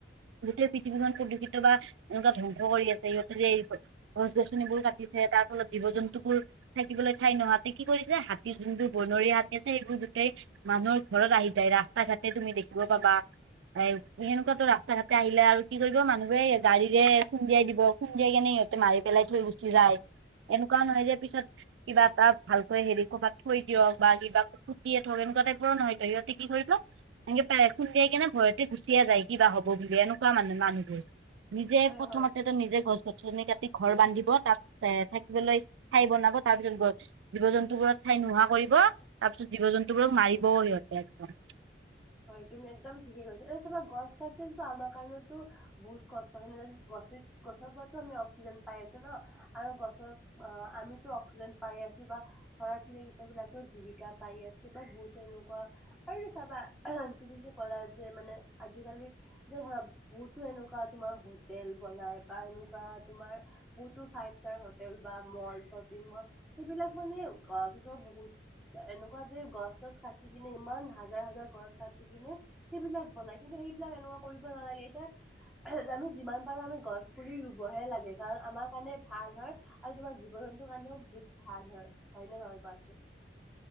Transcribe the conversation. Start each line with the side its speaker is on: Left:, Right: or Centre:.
Right: গোটেই পৃথিৱীখন প্ৰদূষিত বা এনেকুৱা ধ্বংস কৰি আছে সিহঁতে যে এই গছ-গছনিবোৰ কাটিছে তাৰ ফলত জীৱ-জন্তুবোৰ থাকিবলৈ ঠাই নহাতে কি কৰিছে? হাতী যোনবোৰ বনৰীয়া হাতী আছে সেইবোৰ গোতেই মানুহৰ ঘৰত আহি যায়, ৰাস্তা ঘাটে তুমি দেখিব পাবা। হাই, সেনেকুৱাতো ৰাস্তা ঘাটে আহিলে আৰু কি কৰিব মানুহবোৰে গাড়ীৰে খুন্দিয়াই দিব। খুন্দিয়াই কেনে সিহঁতে মাৰি পেলাই থৈ গুচি যায়। এনেকুৱা নহয় যে পিছত কিবা এটাত ভালকৈ হেৰি ক'ৰবাত থৈ দিয়ক, বা কিবা পুটিয়ে থওক, এনেকুৱা টাইপৰ নহয় তো, ইহঁতে কি কৰিব এনেকাই, খুন্দিয়াই কেনে ভয়তে গুচিয়ে যায় কিবা হ'ব বুলি, এনেকুৱা মানে মানুহবোৰ। নিজে
Centre: হয়
Right: প্ৰথমতে
Centre: হয়
Right: তে নিজে গছ গছনি কাটি ঘৰ বান্ধিব, তাত এ থাকিবলৈ ঠাই বনাব, তাৰ পিছত গছ জীৱ জন্তুবোৰক ঠাই নোহোৱা কৰিব, তাৰপিছত জীৱ জন্তুবোৰক মাৰিবও সিহঁতে একদম।
Centre: হয়, তুমি একদম ঠিকে কৈছা, এই চবে গছ কাটিলেতো আমাৰ কাৰণেতো বহুত কষ্ট হয় <unintelligible> গছে গছৰপাতো আমি অক্সিজেন পাই আছো ন? আৰু গছৰ অ আমিতো অক্সিজেন পাই আছো বা চৰাই <unintelligible> জীৱিকা পাই আছে বা বহুত এনেকুৱা আৰু চাবা অ', তুমি যে ক'লা যে মানে আজিকালি যে ধৰা বহুতো এনেকুৱা তোমাৰ হোটেল বনাই বা এনেকুৱা তোমাৰ বহুতো ফাইভ ষ্টাৰ হোটেল বা মল, শ্বপিং মল, সেইবিলাক মানে অ কি কয় বহুত এনেকুৱা যে গছ চছ কাটি কিনে ইমান হাজাৰ হাজাৰ গছ কাটি কিনে সেইবিলাক বনায়, কিন্তু সেইবিলাক এনেকুৱা কৰিব নালাগে এতিয়া আমি যিমান পাৰো আমি গছ পুলি ৰুবহে লাগে, কাৰণ আমাৰ কাৰণে ভাল হয় আৰু তোমাৰ জীৱ জন্তুৰ কাৰণেও বহুত ভাল হয়, হয় নে নহয় কোৱাচোন।